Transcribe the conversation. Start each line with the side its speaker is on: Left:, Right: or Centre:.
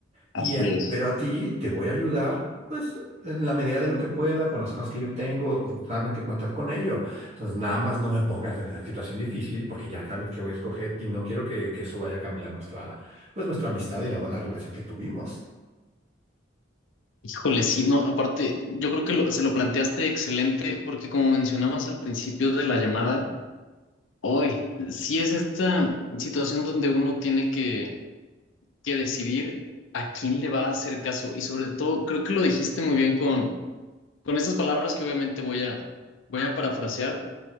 Left: Así
Right: y a-
Left: es.
Right: pero a ti te voy a ayudar, pues, en la medida de lo que pueda, con las cosas que yo tengo, sabes que cuentas con ello. Entonces, nada más no me pongas en esa situación difícil porque ya sabes que voy a escoger y no quiero que, que eso vaya a cambiar nuestra, pues, nuestra amistad y la buena relación que tuvimos.
Left: Híjole, sí, no, aparte, yo creo que lo- se lo planteaste excelente, porque como mencionabas al principio de la llamada, hoy sí es esta situación donde uno tiene que, que decidir a quién le va a hacer caso. Y sobre todo, creo que lo dijiste muy bien con, con estas palabras que obviamente voy a, voy a parafrasear,